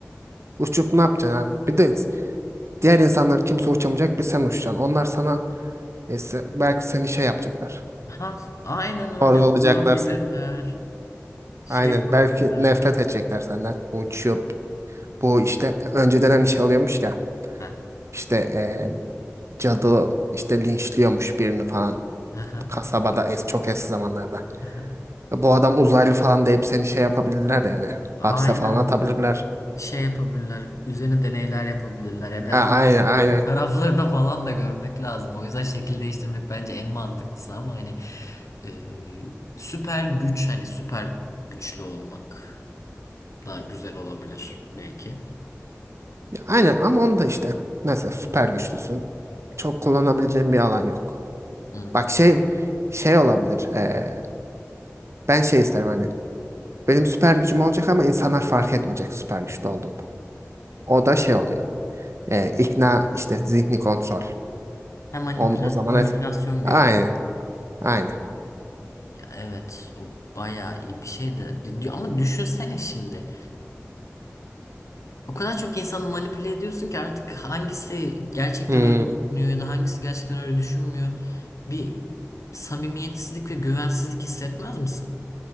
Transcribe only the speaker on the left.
Ha, aynen öyle.
Vurabilirler.
Şey
yapabilirler.
Ha,
aha,
aha.
Aynen
şey yapabilirler. Üzerine deneyler yapabilirler. Ya
biraz da
taraflarına falan da görmek lazım. O yüzden şekil değiştirmek bence en mantıklısı ama hani e, süper güç hani süper güçlü olmak daha güzel olabilir belki.
Hmm.
Hem manipüla-
manipülasyon
gücü.
Ya evet o bayağı iyi bir şey de di- di- ama düşünsene şimdi. O kadar çok insanı manipüle ediyorsun ki artık hangisi gerçekten
öyle düşünüyor ya da hangisi gerçekten öyle düşünmüyor. Bir samimiyetsizlik ve güvensizlik hissetmez misin?